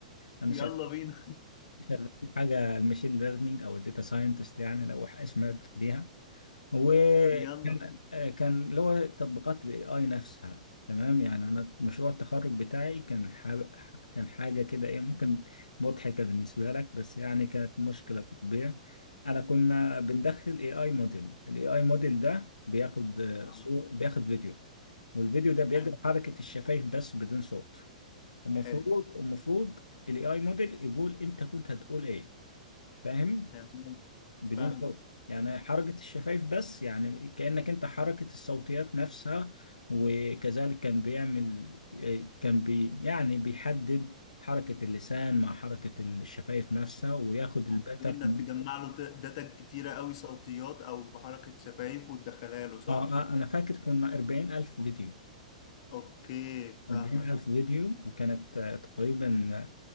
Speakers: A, on the left; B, on the left.
A: انا
B: يلا
A: شغال
B: بينا
A: في حاجه الماشين ليرنينج او الداتا ساينتست يعني لو اسمها بيها وكان
B: <laughs> يلا بينا
A: كان كان اللي هو تطبيقات الاي اي نفسها تمام يعني انا مشروع التخرج بتاعي كان حاب... كان حاجه كده ايه ممكن مضحكه بالنسبه لك بس يعني كانت مشكله تطبيق انا كنا بندخل اي اي موديل الاي اي موديل ده بياخد
B: آه،
A: صور بياخد فيديو والفيديو ده بيجري
B: حلو
A: حركه الشفايف بس بدون صوت المفروض
B: حلو
A: المفروض الاي اي موديل يقول انت كنت هتقول ايه فاهم
B: تمام
A: بدون
B: فاهمك
A: صوت يعني حركة الشفايف بس يعني كأنك انت حركة الصوتيات نفسها وكذلك كان بيعمل آه، كان بي يعني بيحدد حركة اللسان مع حركة الشفايف نفسها وياخد الباترن
B: عن طريق انك تجمع له د- داتا كتيرة قوي صوتيات او بحركة شفايف وتدخلها له صح
A: اه آه، انا فاكر كنا 40 الف فيديو
B: اوكي
A: 40
B: فاهمك
A: ألف فيديو وكانت آه، تقريبا